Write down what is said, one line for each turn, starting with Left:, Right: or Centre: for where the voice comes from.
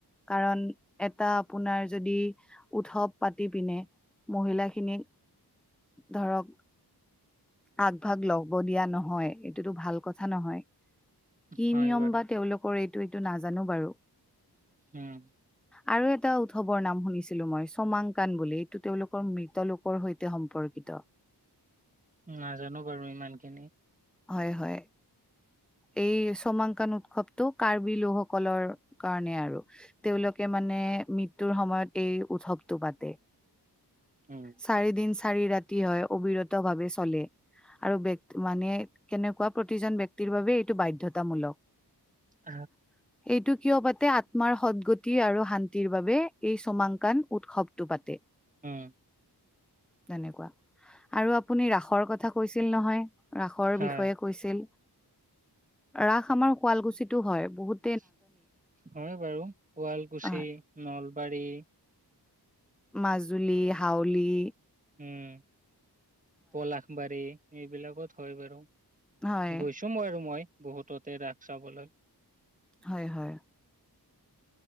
Centre: কাৰণ, এটা আপোনাৰ যদি, উৎসৱ পাতি পিনে, মহিলা খিনিক ধৰক, আগভাগ ল'ব দিয়া নহয়, এইটোতো ভাল কথা নহয়। কি
Right: হয়
Centre: নিয়ম
Right: বাৰু
Centre: বা তেওঁলোকৰ এইটো, এইটো নাজানোঁ বাৰু।
Right: উম!
Centre: আৰু এটা উৎসৱৰ নাম শুনিছিলোঁ, মই! চমাংকান বুলি। এইটো তেওঁলোকৰ মৃত লোক লোকৰ সৈতে সম্পৰ্কিত।
Right: নাজানোঁ বাৰু ইমান খিনি।
Centre: হয়, হয়! এই, চমাংকান উৎসৱটো, কাৰ্বি লোকসকলৰ কাৰণে আৰু। তেওঁলোকে মানে, মৃত্যুৰ সময়ত এই, উৎসৱতটো পাতে।
Right: উম!
Centre: চাৰি দিন, চাৰি ৰাতি হয়, অবিৰত ভাৱে চলে। আৰু <unintelligible> মানে, কেনেকুৱা প্ৰতিজন ব্যক্তিৰ বাবে এইটো বাধ্যতামূলক।
Right: <unintelligible>
Centre: <inaudible> এইটো কিয় পাতে! আত্মাৰ সদগতি আৰু শান্তিৰ বাবে, এই চমাংকান উৎসৱটো পাতে।
Right: উম!
Centre: তেনেকুৱা! আৰু আপুনি ৰাসৰ কথা কৈছিল নহয়, ৰাসৰ
Right: হয়
Centre: বিষয়ে, কৈছিল, ৰাস আমাৰ শুৱালকুছিতো হয়। বহুত
Right: <unintelligible> হয় বাৰু! শুৱালকুছি,
Centre: আহ,
Right: নলবাৰী।
Centre: মাজুলী, হাউলী।
Right: উম! পলাশবাৰী, এইবিলাকত হয় বাৰু
Centre: হয়,
Right: গৈছোঁ। ত' আৰু মই, বহুততে ৰাস চাবলৈ।
Centre: হয়, হয়!